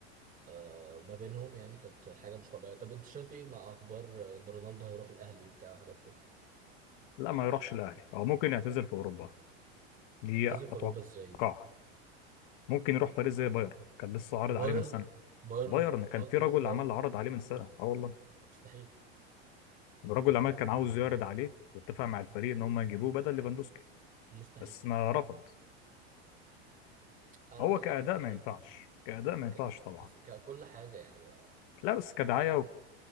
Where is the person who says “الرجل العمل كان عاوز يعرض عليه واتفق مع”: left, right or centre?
Left